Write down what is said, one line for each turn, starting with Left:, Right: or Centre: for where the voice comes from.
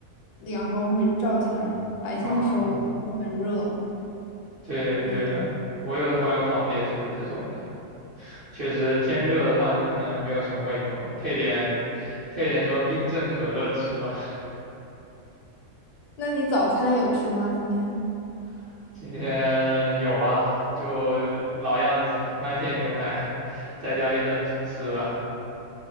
Left: 阳光会照进来，白天的时候就会很热。
Right: 啊？对对的，
Left: 嗯，
Right: 我有的朋友房子也是这种的。确实天热的话就可能没有什么胃口，配点配点什么冰镇可乐吃吧。
Left: 那你早餐有吃吗？今天？
Right: <laughs> 今天有啊，就老样子，麦片牛奶，再加一份吐司吧。